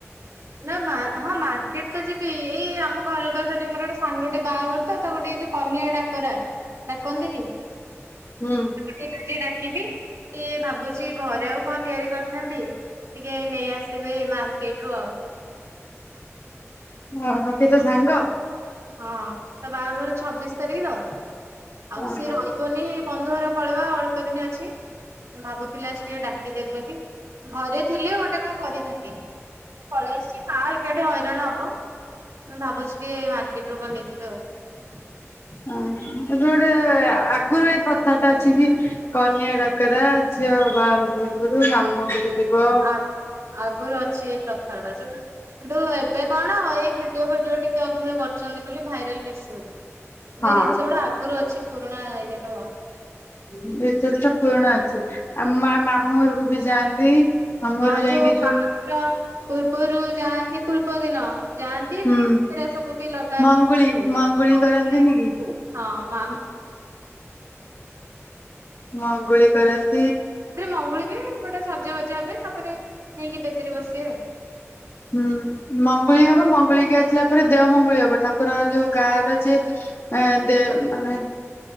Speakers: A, on the right (about 80°); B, on the left (about 55°).
A: ନା ହଁ ମାର୍କେଟ ତ ଯିବି ଏଇ ଆମ ଘର ପାଖରେ ମୋର ଗୋଟେ ସାଙ୍ଗ ଟେ ବାହାଘର ତ ତାକୁ ଗୋଟେ ଏଇ ଯୋଉ କନିଆ ଡାକରା ଡାକନ୍ତିନି ।
B: ହୁଁ।
A: ା <unintelligible> ଦେଖିବି ଟ ଭାବୁଛି ଘରେ ଆଉ କଣ ତିଆରି କରିଥାନ୍ତି ଟିକେ ନେଇ ଆସିବେ ମାର୍କେଟ ରୁ ଆଉ
B: ହଁ ହ ସେ ତ ସାଙ୍ଗ
A: ହଁ ତା ବାହାଘର ଛବିଶ ତାରିଖ ତ ଆଉ
B: ଓହୋ
A: ସିଏ ରହିବନି ବନ୍ଧୁ ଘର ପଳେଇବା ଅଳ୍ପ ଦିନ ଅଛି ଭାବୁଥିଲି ଆସ ଟିକେ ଡାକିଦେବ ବୋଲି ଘରେ ଥିଲେ ଗୋଟେ କଣ କରିଥାନ୍ତି ମୁ ପଳେଇ ଆସିଛି ମା ଏକାଠି ହଇରାଣ ହବ ମୁଁ ଭାବୁଛି ଟିକେ । କେତେ ଟୋକ ନେଇଯିବେ ଆଉ <unintelligible>
B: ହ ଏବେ ଗୋଟେ ଆଗରୁ ଏ ପ୍ରଥାଟା ଅଛି କି କନିଆ ଡାକରା ଝିଅ ବାହା ପୂବ୍ରସ । ସେଠୁ ମାମୁଁ ଘର କୁ ଯିବ
A: ଆ ଆଗରୁ ଅଛି ଏଇ ପ୍ରଥା ଗୁଡା କିନ୍ତୁ ଏବେ କଣ ଏଇ ଭିଡିଓ ଫିଡିଓ ଟିକେ ଅଧିକ କରିଛନ୍ତି ବୋଲି ଭାଇରାଲ ବେଶୀ ହଉଛି। ଏବେ
B: ହଁ
A: ଜିନିଷ ଗୁଡା ଆଗରୁ ଅଛି। ପୁରୁଣା ଇରୁ
B: ହୁଁ ଏଚ ପୁରୁଣା ଅଛି ଆମ ମା ମାମୁଁ ଘରକୁ ବି ଯାଆନ୍ତି। ମାମୁଁ
A: ହଁ
B: ଘରକୁ ଯାଇକି
A: ଯୋଉ ବାହାଘର ପ ପୂର୍ବରୁ ଯାଆନ୍ତି ପୂର୍ବ ଦିନ ଯାଆନ୍ତି
B: ହୁଁ
A: ମ ସବୁ ବି ଲଗା
B: ମଙ୍ଗୁଳି ମଙ୍ଗୁଳି
A: ହଁ
B: କରନ୍ତିନି କି
A: <unintelligible>
B: ମଁଙ୍ଗୁଳିୀ କରରଣ
A: ସେରେ ମଙ୍ଗୁଳି ବି ଗୋଟେ ସଜବା ହ ତାପରେ ନେଇକି ବେଦୀରେ ବସିବେ
B: ହୁଁ ମଙ୍ଗୁଳି ହବ ମଙ୍ଗୁଳି କିି ଆସିଲା ପରେ ଦେହ ମଙ୍ଗୁଳି ହବ ଠାକୁର ଯୋଉ ଗାଁ ର ଯିଏ ଦେ ମାନେ